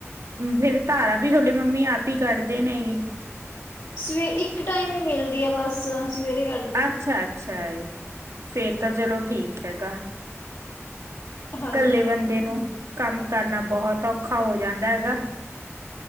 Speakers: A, on the right; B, on the left.
A: ਫੇਰ ਧਾਰਾ ਵੀ ਤੁਹਾਡੇ ਮੰਮੀ ਆਪ ਹੀ ਕੱਢਦੇ ਨੇਗੇ
B: ਸਵੇ ਇੱਕ ਟਾਈਮ ਈ ਮਿਲਦੀ ਐ‌ ਬਸ ਸਵੇਰੇ ਕਰ
A: ਅੱਛਾ-ਅੱਛਾ ਏ ਫੇਰ ਤਾਂ ਚਲੋ ਠੀਕ ਹੈਗਾ।
B: ਹਾਂਜੀ।
A: ਕੱਲੇ ਬੰਦੇ ਨੂੰ ਕੰਮ ਕਰਨਾ ਬੋਹਤ ਔਖਾ ਹੋ ਜਾਂਦਾ ਹੈਗਾ।